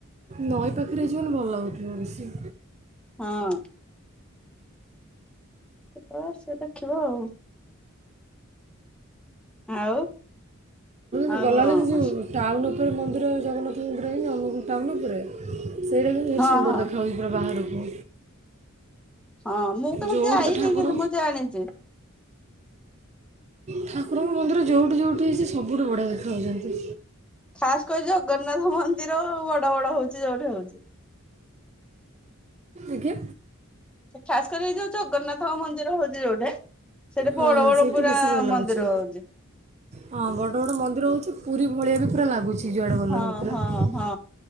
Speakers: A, on the right; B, in the centre.
A: ନଈ ପାଖରେ ହେଇଚି ମାନେ ଭଲ ଲାଗୁଥିବ ବେଶୀ।
B: ହଁଅଁ କେତେବେଳେ ଆସ ଦେଖିବ ଆଉ। ଆଉ
A: ତ
B: ଆଉ
A: ଗଲାବେଳେ
B: ଆଉ
A: ଯେ
B: କଣ
A: ଯଉ
B: କ
A: ଟାଉନ ଉପରେ ମନ୍ଦିର ଜଗନ୍ନାଥ ମନ୍ଦିର ହେଇନି ଅନୁଗୁଳ ଟାଉନ ଉପରେ। ସେଇଟା ବି <unintelligible>
B: ହଁ
A: ସୁନ୍ଦର
B: ହଁ
A: ଦେଖାଯାଉଛି ପୁରା ବାହାରକୁ।
B: ହଁ ମୁଁ କେମତି
A: ଯେଉଁଠି
B: ଆଇନି
A: ତ ଠାକୁର
B: କିନ୍ତୁ ମୁଁ ଜାଣିଛି।
A: ଠାକୁରଙ୍କ ମନ୍ଦିର ଯଉଁଠି, ଯଉଁଠି ହେଇଛି ସବୁଠୁ ବଢ଼ିଆ ଦେଖାଯାଉଛନ୍ତି।
B: ଖାସ କରି ଜଗନ୍ନାଥ ମନ୍ଦିର ବଡ ବଡ ହଉଛି ଯୋଉଠେ ହଉଛି।
A: ଆଜ୍ଞା।
B: ଖାସ କରି ଏଇ ଯୋଉ ଜଗନ୍ନାଥଙ୍କ ମନ୍ଦିର ହଉଛି ଯୋଉଢ଼େ ସେଠି ବଡ
A: ହଁ
B: ବଡ
A: ସେଇଠି
B: ପୁରା
A: ବେଶୀ ଭଲ ଲାଗୁଛି
B: ମନ୍ଦିର ହଉଚି।
A: ହଁ ବଡ଼ ବଡ଼ ମନ୍ଦିର ହେଉଛି ପୁରୀ ଭଳିଆ ବି ପୁରା ଲାଗୁଛି ଯୁଆଡ଼େ ଗଲା
B: ହଁ
A: ବେଳକୁ
B: ହଁ
A: ପୁରା
B: ହଁ